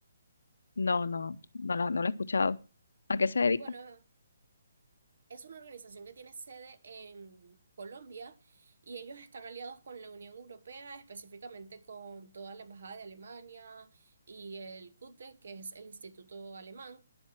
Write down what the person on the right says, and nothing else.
Bueno, es una organización que tiene sede en Colombia y ellos están aliados con la Unión Europea, específicamente con toda la Embajada de Alemania y el CUTE, que es el Instituto Alemán.